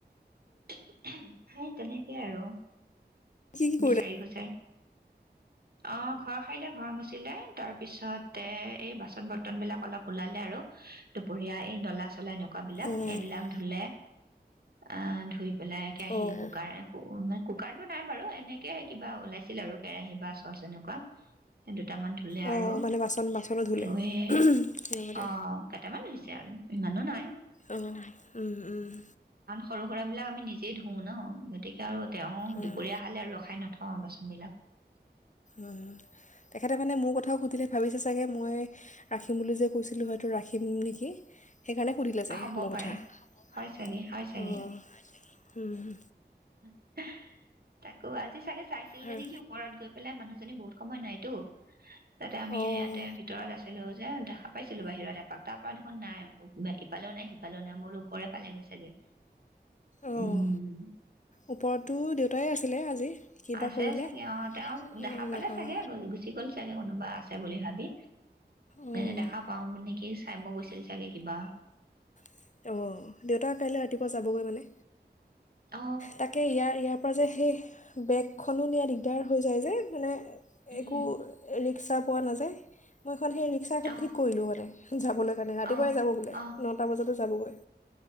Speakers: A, on the right; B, on the left.
A: <unintelligible> হেই তেনে সেয়াই আৰু।
B: কি কি
A: বিচাৰি
B: কৰিলে
A: সূচায়। অ'। ঘৰ সাৰিলে ঘৰ মচিলে, তাৰপিছত এ - এই বাচন বৰ তন বিলাক অলপ ওলালে আৰু দুপৰীয়া এই ডলা চলা এনেকুৱা বিলাক,
B: অঁ
A: সেইবিলাক ধুলে আহ ধুই পেলাই কেৰাহী
B: অঁ
A: কুকাৰ। কুকাৰটো নাই বাৰু এনেকে কিবা ওলাইছিল আৰু কেৰাহী বা চচ এনেকুৱা <unintelligible> কেইটামান ধুললেে
B: অঁ
A: আৰু
B: মানে বাচন বাচনো ধুলে
A: ধুই এ,
B: লগতে
A: অ' কেইটামান ধুই- আৰু ইমানো নাই
B: অহ <unintelligible> উম উম
A: সৰু-সুৰা বিলাক আমি নি- নিজেই ধুওঁ ন গতিকে আৰু তেওঁ
B: অঁ
A: দুপৰীয়া আহালে আৰু ৰখাই নথাক অ বাচনবিলাক
B: উ তেখেতে মানে মোৰ কথাও সুধিলে ভাবিছে চাগে মই ৰাখিম বুলি যে কৈছিলোঁ হয়তো ৰাখিম নেকি? সেইকাৰণে সুধিলে চাগে
A: হ'ব
B: মোৰ
A: পাৰে
B: কথা। <unintelligible>
A: হয় চাগে হয় চাগে
B: অঁ, উম
A: হাঁ! তাকো, আজি চাগে চাইছিলগে
B: আৰু
A: নেকি ওপৰত গৈ পেলাই মানুহ জ- বহুত সময় নাইতো, তাতে আমি
B: অ'।
A: ইয়াতে ভিতৰত আছিলো যে দেখা পাইছিলো বাহিৰত এপাক তাৰ পৰা দেখোন নাই <unintelligible> ইফালেও নাই সিফালেও নাই। মই বোলো ওপৰে পালেগৈ চাগে
B: অঁ,
A: উম
B: ওপৰতো দেউতাই আছিলে আজি? কিবা
A: আছে
B: কৰিলে
A: চাগে অ তেওঁ দেখা
B: গম
A: পালে
B: নাপাওঁ
A: চাগে গল গুচি গ'ল চাগে চাগে কোনোবা আছে বুলি ভাবি
B: অ',
A: এনে দেখা পাওঁ বুলি নিকি চাই'ব গৈছিল চাগে কিবা
B: অঁ, দেউতা কাইলৈ ৰাতিপুৱা যাবগৈ মানে?
A: অ
B: তাকে ইয়াৰ ইয়াৰ পাছত সেই বেগখনো নিয়া দিগদাৰ হৈ যায় যে মানে
A: উম
B: একো এনে- হিচাপে পোৱা নাযায় মই এখন সেই ৰিক্সা এখন
A: অ
B: ঠিক কৰিলোঁ মানে যাব লে কাৰনে, ৰাতিপুৱাই
A: অ
B: যাব বোলে
A: অ
B: নটা বজাত যাবগৈ